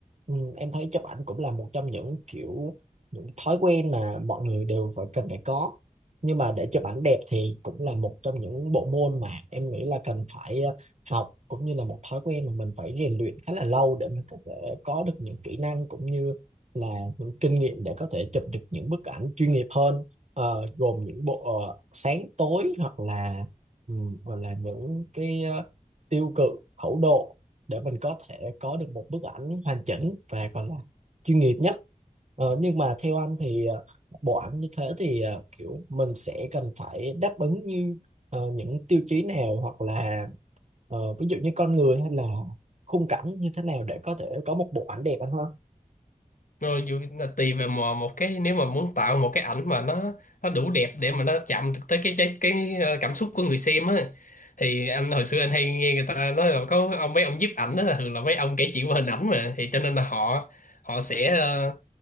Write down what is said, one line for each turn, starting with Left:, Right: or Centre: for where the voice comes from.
Right: ừ, em thấy chụp ảnh cũng là một trong những kiểu những thói quen mà mọi người đều phải cần phải có nhưng mà để chụp ảnh đẹp thì cũng là một trong những bộ môn mà em nghĩ là cần phải ờ, học cũng như là một thói quen mà mình phải rèn luyện khá là lâu để mình có thể có được những kỹ năng cũng như là những kinh nghiệm để có thể chụp được những bức ảnh chuyên nghiệp hơn Ờ, gồm những bộ ờ, sáng tối hoặc là ừm, hoặc là những cái ờ, tiêu cự khẩu độ để mình có thể có được một bức ảnh hoàn chỉnh và còn là chuyên nghiệp nhất Ờ, nhưng mà theo anh thì ờ, bộ ảnh như thế thì ờ, kiểu mình sẽ cần phải đáp ứng như ờ, những tiêu chí nào hoặc là ờ, ví dụ như con người hay là khung cảnh như thế nào để có thể có một bộ ảnh đẹp anh ha
Left: rồi dù là tùy về mà một cái nếu mà muốn tạo một cái ảnh mà nó nó đủ đẹp để mà nó chạm được tới cái cái, cái ờ, cảm xúc của người xem á thì anh hồi xưa anh hay nghe người ta nói là có ông mấy ông nhiếp ảnh đó là thường là mấy ông kể chuyện qua hình ảnh mà thì cho nên là họ họ sẽ ờ,